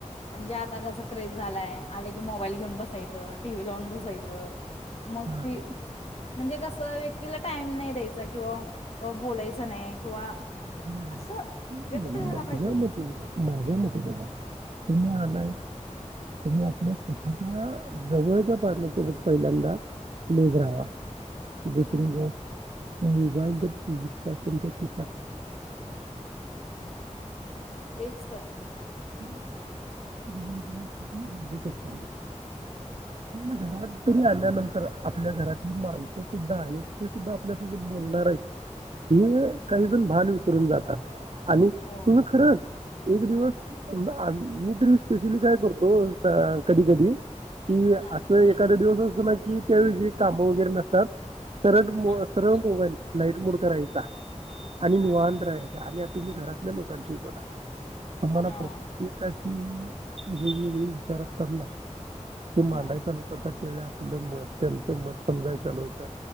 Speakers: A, on the left (about 55°); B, on the right (about 55°).
A: म्हणजे आता कसं क्रेज झालाय. आले म मोबाईल घेऊन बसायचं टिव्ही लाऊन ब होय ग, मग
B: हा,
A: ती म्हणजे कस व्यक्तीला टाइम नाय द्यायचा किंवा व बोलायचं नाही किंवा
B: बरोबर
A: असं
B: नाही
A: व्यक्त
B: नाही,
A: ह्यायला
B: माझ्या
A: पाहिजे.
B: मते बघा, माझ्या मते बघा तुम्ही आलाय तुम्ही आपल्या स्वतःच्या जवळच्या पार्टनरसोबत पहिल्यांदा क्लोज राहावा. दुसरी
A: हम्म
B: बार होय बाई गत <unintelligible> त्यात तुमच्या खिशात
A: तेच सर
B: घ शक घरात तरी आल्यानंतर आपल्या घरातली माणसं सुद्धा आहेत ते सुद्धा आपल्यासोबत बोलणार आहेत हेि काहीजून भान विसरून जातात आणि
A: हो
B: तुम्ही खरं एक दिवस मी तरी स्पेशली काय करतो कधी कधी कि
A: हा
B: असं एखाद्या दिवस की त्यावे काम वगैरे नसतात सरळ
A: हा
B: सरळ मोबाईल लाईट मु करायता आणि निवत
A: हा
B: रा आहे आणि आता तुम्ही घरातल्या लोकांशी बोला तुम्हाला
A: हा
B: प्रत्यक अ विचार करणार ते मांडायचा
A: हा
B: लोकर त्या आपलं मत त्यांच मत समजाय चालू होतं